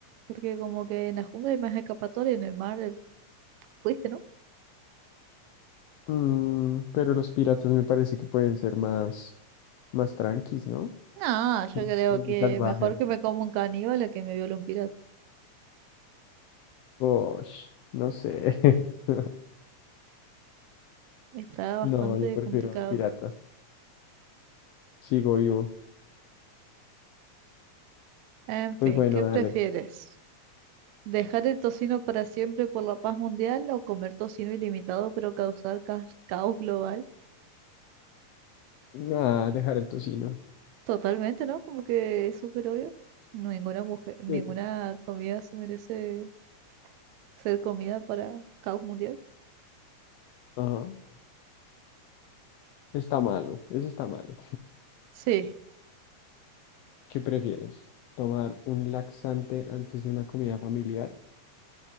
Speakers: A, on the right (about 80°); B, on the left (about 85°).
A: Porque como que en la jungla hay más escapatoria, en el mar eh, fuiste, ¿no?
B: Mm, pero los piratas me parece que pueden ser más, más tranquis, ¿no?
A: No, yo
B: Una
A: creo
B: tribu
A: que
B: salvaje.
A: mejor que me como un caníbal a que me viole un pirata.
B: Osh, no sé. <laughs>
A: Está bastante
B: No, yo prefiero
A: complicado.
B: al pirata. Sigo vivo.
A: En fin,
B: Pues bueno,
A: ¿qué
B: dale.
A: prefieres? ¿Dejar el tocino para siempre por la paz mundial o comer tocino ilimitado pero causar ca- caos global?
B: Ah, dejar el tocino.
A: Totalmente, ¿no? Como que es súper obvio. Ninguna mujer, ninguna
B: Sí.
A: comida se merece ser comida para caos mundial.
B: Ajá. Está malo. Ese está malo.
A: Sí,
B: ¿Qué prefieres? ¿Tomar un laxante antes de una comida familiar